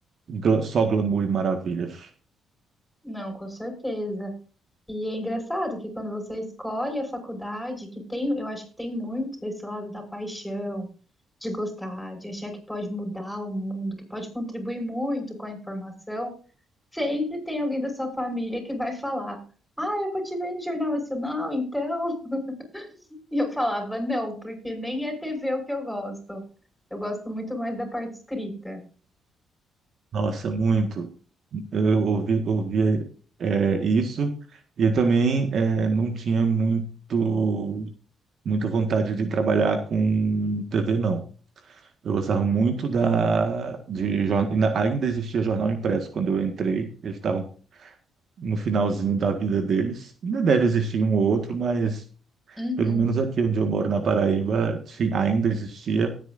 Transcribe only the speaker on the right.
gla- só glamour e maravilhas.
Nossa, muito. Eu ouvi, ouvia é, isso e eu também é, não tinha muito, muita vontade de trabalhar com TV, não. Eu gostava muito da, de, jor- ainda ainda existia jornal impresso quando eu entrei. Eles estavam no finalzinho da vida deles. Ainda deve existir um ou outro, mas
pelo menos aqui onde eu moro, na Paraíba, sim, ainda existia.